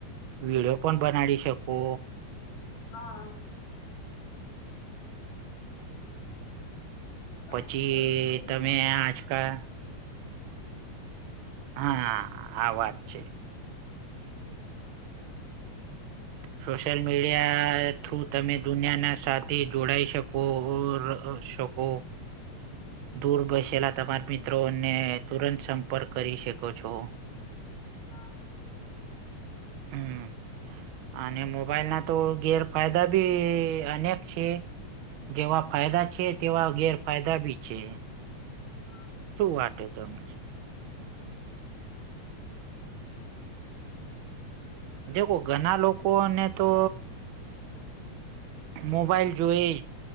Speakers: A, on the right; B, on the left.
A: વિડયો પણ બનાવી શકો
B: હા મોબાઈલ
A: પછી
B: થી કામ બધું
A: તમે
B: કામ ઈઝી
A: આજકાલ
B: કરીઈ શકે
A: હા આ વાત છે
B: હમ <inaudible>
A: સોશિયલ મીડિયા થ્રુ તમે દુનિયાના સા જોડાઈ શકો શકો ઓ દૂર વસેલા તમારા મિત્રોને તુરંત સંપર્ક કરી શકો છો
B: હા
A: હમ અને મોબાઈલ ના તો ગેરફાયદા બી અનેક છે જેવા ફાયદા છે તેવા ગેરફાયદા બી છે
B: હા
A: શું વાટે ત તમને દેખો ઘણા લોકોને તો મોબાઈલ જોઈ